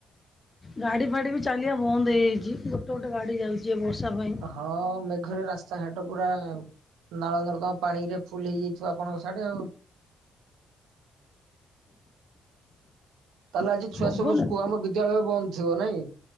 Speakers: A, on the left; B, on the right.
A: ଗାଡି ଫାଡି ବି ଚାଲିବା ବନ୍ଦ ହେଇଯାଇଛି ଗୋଟେ ଗୋଟେ ଗାଡି ଯାଉଛି ବର୍ଷା ପାଇଁ।
B: ହଁ ମେଘରେ ରାସ୍ତାଘାଟ ପୁରା ନାଳ ନର୍ଦମା ପାଣିରେ ଫୁଲ ହେଇଯାଇଥିବ ଆପଣଙ୍କ ସାଡେ ଆଉ। ତାହେଲେ ଆଜି ଛୁଆ
A: ପବନ
B: ସବୁ ସ୍କୁ ଆମ ବିଦ୍ୟାଳୟ ବନ୍ଦ ଥିବ ନାଇଁ?